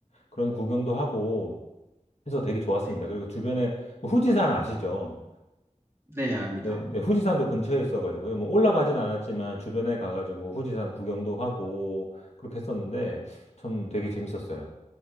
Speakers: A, on the left; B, on the right.
A: 그런 구경도 하고 해서 되게 좋았습니다.
B: 네.
A: 그리고 주변에 뭐 후지산 아시죠?
B: 네, 압니다.
A: 네, 네, 후지산도 근처에 있어가지고요. 뭐 올라가진 않았지만 주변에 가가지고 후지산 구경도 하고 그렇게 했었는데 참 되게 재밌었어요.